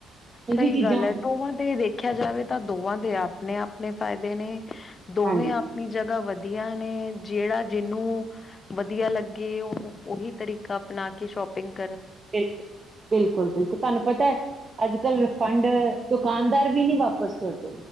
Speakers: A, on the right (about 35°); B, on the left (about 40°).
A: ਇਹ
B: ਸਹੀ
A: ਵੀ ਚੀਜ਼ਾਂ
B: ਗੱਲ
A: ਹੁੰਦੀਆਂ
B: ਹੈ ਦੋਵਾਂ ਦੇ ਦੇਖਿਆ ਜਾਵੇ ਤਾਂ ਦੋਵਾਂ ਦੇ ਆਪ ਆਪਣੇ ਆਪਣੇ ਫ਼ਾਇਦੇ ਨੇ ਦੋਵੇਂ
A: ਹਾਂਜੀ
B: ਆਪਣੀ ਜਗ੍ਹਾ ਵਧੀ ਵਆ ਨੇ ਜਿਹੜਾ ਜਿਹਨੂੰ ਵਧੀਆ ਲੱਗੇ ਉਹਨੂੰ ਉਹੀ ਤਰੀਕਾ ਅਪਣਾ ਕੇ ਸ਼ੋਪਿੰਗ ਦੀ
A: ਬਿਲਕੁਲ ਬਿਲਕੁਲ ਬਿਲਕੁਲ ਤੁਹਾਨੂੰ ਪਤਾ ਹੈ ਅੱਜ ਕੱਲ ਰਿਫੰਡ ਦੁਕਾਨਦਾਰ ਵੀ ਨੀ ਵਾਪ ਵਾਪਸ ਕਰਦੇ